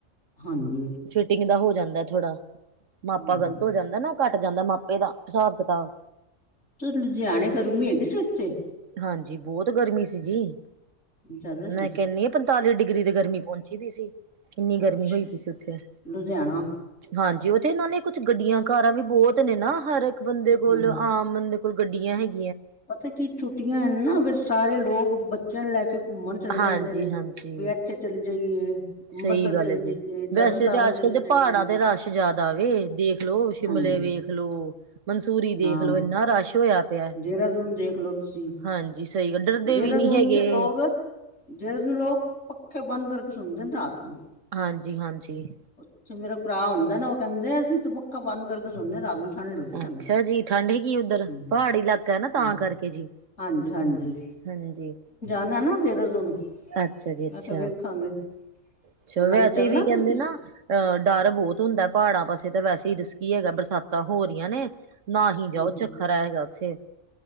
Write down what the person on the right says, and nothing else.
ਫਿਟਿੰਗ ਦਾ ਹੋ ਜਾਂਦਾ ਥੋੜਾ
ਮਾਪਾ ਗ਼ਲਤ ਹੋ ਜਾਂਦਾ ਨਾ, ਉਹ ਘੱਟ ਜਾਂਦਾ ਮਾਪੇ ਦਾ ਹਿਸਾਬ ਕਿਤਾਬ
ਹਾਂਜੀ ਬਹੁਤ ਗਰਮੀ ਸੀ ਜੀ,
ਮੈਂ ਕਹਿੰਨੀ ਆ ਪੰਤਾਲੀ ਡਿਗਰੀ ਤੇ ਗਰਮੀ ਪਹੁੰਚ ਸੀ ਕਿੰਨੀ
ਗਰਮੀ ਹੋਈ ਪਈ ਸੀ, ਉੱਥੇ
ਹਾਂਜੀ ਇ ਇਹਨਾਂ ਨੇ ਕੁਝ ਗੱਡੀਆਂ ਕਾਰਾਂ ਵੀ ਬਹੁਤ ਨੇ ਨਾ ਹਰ ਇੱਕ ਬੰਦੇ ਕੋਲ
ਆਮ ਬੰਦੇ ਕੋਲ ਗੱਡੀਆਂ ਹੈਗੀਆਂ।
ਹਾਂਜੀ
ਹਾਂਜੀ
ਸਹੀ ਗੱਲ
ਹੈ ਜੀ,
ਵੈਸੇ
ਤਾਂ ਅੱਜ-ਕੱਲ
ਦੇ
ਪਹਾੜਾਂ ਤੇ ਰਸ਼ ਜ਼ਿਆਦਾ ਆਵੇ ਦੇਖਲੋ ਸ਼ਮ
ਵੇਖਲੋ ਮਨਸੂਰੀ ਦੇਖਲੋ
ਇੰਨਾ ਰਸ਼ ਹੋਇਆ। ਪਿਆ।
ਹਾਂਜੀ ਸਹੀ ਗੱਲ ਡਰਦੇ
ਵੀ ਨਹੀਂ ਹੈਗੇ
ਹਾਂਜੀ-ਹਾਂਜੀ,
ਅੱਛਾ ਜੀ ਠੰਡ ਹੈਗੀ ਉੱਧਰ
ਪਹਾੜੀ ਇਲਾਕਾ ਹੈ ਨਾ ਤਾਂ
ਕਰਕੇ ਜੀ
ਹਾਂਜੀ,
ਅੱਛਾ ਜੀ ਅੱਛਾ
ਅੱਛਾ
ਵੈਸੇ
ਵੀ ਕਹਿੰਦੇ
ਨਾ ਅਹ ਡਰ ਬਹੁਤ ਹੁੰਦਾ, ਪਹਾੜਾਂ ਪਾਸੇ ਤਾਂ ਵੈਸੇ ਹੀ ਕੀ ਹੈਗਾ ਬਰਸਾਤਾਂ ਹੋ ਰਹੀਆਂ ਨੇ ਨਾ ਹੀ ਜਾਓ,
ਚੱਖਰਾ ਹੈਗਾ ਉੱਥੇ